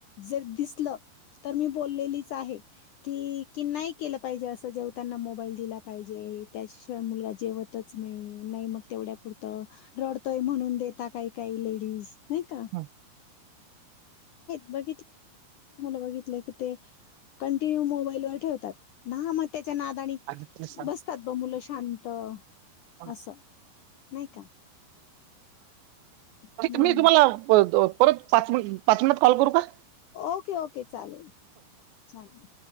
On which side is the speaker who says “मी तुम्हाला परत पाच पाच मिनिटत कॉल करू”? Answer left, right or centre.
Right